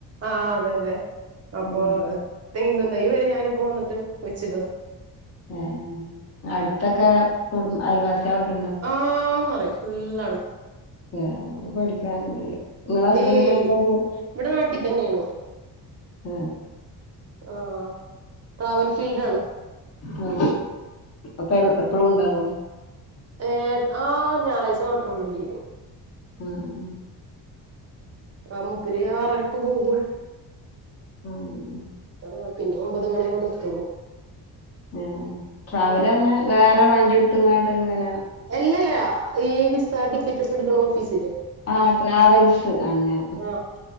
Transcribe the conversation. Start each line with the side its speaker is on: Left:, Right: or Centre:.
Right: ആ അതെയതെ അപ്പൊ
Left: ഉം
Right: തെങ്ങുംതൈ വെരെ ഞാനിപ്പോ വന്നിട്ട് വെച്ച്ക്ക
Left: ആ ആ അട്ത്തൊക്കെ കുടും അയൽവാസികളൊക്കെ ണ്ടോ
Right: ആന്നറിയും ഫുള്ളാണ്
Left: ആ പഠിക്കാന്ണ്ട്ല്ലേ ങ്ങളെ ഹസ്ബന്റ്നെന്താ
Right: ഏയ്
Left: ജോലി
Right: ഇവിടെ നാട്ടിൽ തന്നെയാണ്
Left: ആ
Right: ആഹ് ട്രാവൽ ഫീൽഡാണ്
Left: ആ അപ്പം എപ്പളും ണ്ടാവോ
Right: ഏഹ് ആ ഞാറാഴ്ച മാത്രൊള്ളു ലീവ്
Left: ഉം ഉം
Right: ആ മുപ്പര് ആറരക്ക് പോകും
Left: ഉം ഉം
Right: ആ പിന്നെ ഒമ്പത് മണിയാവുമ്പോ എത്തൊള്ളു
Left: ഞാന് ട്രാവല്ർഞ്ഞാ
Right: ആഹ്
Left: വേറെ വണ്ടി ട്ത്ത്ങ്ങാണ്ട് ങ്ങനെ
Right: അല്ലല്ല ഈ വിസ ടിക്കറ്റൊക്കെട്ക്ക്ണ ഓഫീസില്ലെ
Left: ആ ട്രാവൽസ് അങ്ങനെ
Right: ആഹ്